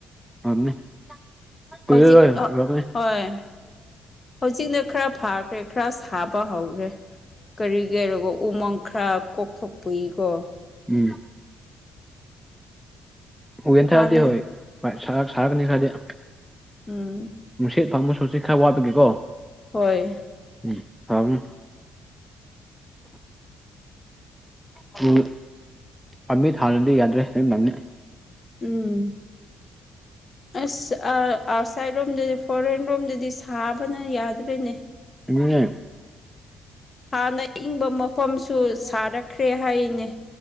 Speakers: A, in the centre; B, on the left.
A: <unintelligible> ꯀꯨꯢꯔꯔꯣꯢ
B: ꯍꯧꯖꯤꯛ
A: <unintelligible>
B: ꯍꯣꯏ ꯍꯧꯖꯤꯛꯅ ꯈꯔ ꯐꯈ꯭ꯔꯦ ꯈꯔ ꯁꯥꯕ ꯍꯧꯈꯔꯦ ꯀꯔꯤ ꯍꯥꯢꯔꯒ ꯎꯃꯪ ꯈꯔ ꯀꯣꯛꯊꯣꯛꯄꯒꯤꯀꯣ
A: ꯎꯝ ꯥꯎ ꯌꯥꯟꯊꯔꯗꯤ
B: ꯍꯥꯟꯅ
A: ꯍꯣꯏ ꯁꯥ ꯁꯥꯔꯛ ꯁꯥꯔꯒꯅꯤ ꯈꯔꯗꯤ
B: ꯎꯝ
A: ꯅꯨꯡꯁꯤꯠ ꯐꯪꯕꯁꯨ ꯍꯧꯖꯤꯛ ꯈꯔ ꯋꯥꯠꯄꯒꯤꯀꯣ
B: ꯍꯣꯏ
A: ꯎꯝ ꯐꯝ ꯑꯗꯨ ꯄꯥꯝꯕꯤ ꯊꯥꯗꯗꯤ ꯌꯥꯗ꯭ꯔꯦ <unintelligible> ꯅꯤ
B: ꯎꯝ ꯑꯁ ꯑꯥꯎꯠꯁꯥꯏꯠ ꯔꯣꯝꯗꯗꯤ ꯐꯣꯔꯦꯟ ꯔꯣꯝꯗꯗꯤ ꯁꯥꯕꯅ ꯌꯥꯗ꯭ꯔꯦꯅꯦ
A: ꯎꯝ <unintelligible>
B: ꯍꯥꯟꯅ ꯏꯪꯕ ꯃꯐꯝꯁꯨ ꯁꯥꯔꯛꯈ꯭ꯔꯦ ꯍꯥꯏꯅ‌ꯦ